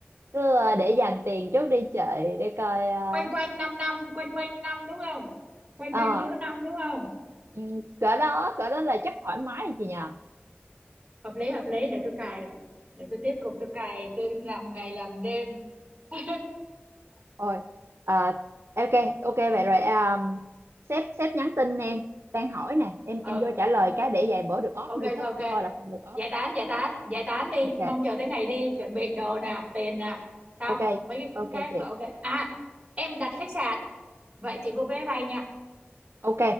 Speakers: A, on the right; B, on the right.
A: cứ à, để dành tiền trước đi chợ để coi à,
B: quanh quanh năm năm quanh quanh năm đúng không quanh
A: ờ,
B: quanh con số năm đúng không
A: Ừ, cỡ đó cỡ đó là chắc thoải mái rồi chị nhờ
B: hợp lý hợp lý để tôi cài để tôi tiếp tục tôi cài tôi làm ngày làm đêm <laughs>
A: ôi à, ok ok vậy rồi à, sếp sếp nhắn tin em đang hỏi nè em
B: ừ
A: em vô trả lời cái
B: rồi,
A: để vài bữa được off
B: ok
A: nữa
B: ok
A: chứ không
B: ok
A: thôi là không được off
B: giải tán giải tán giải tán đi
A: ok
B: mong chờ tới ngày đi chuẩn bị đồ nè tiền nè xong
A: ok
B: mấy cái
A: ok
B: khác
A: chị
B: là ok à em đặt khách sạn vậy chị mua vé máy bay nha
A: ok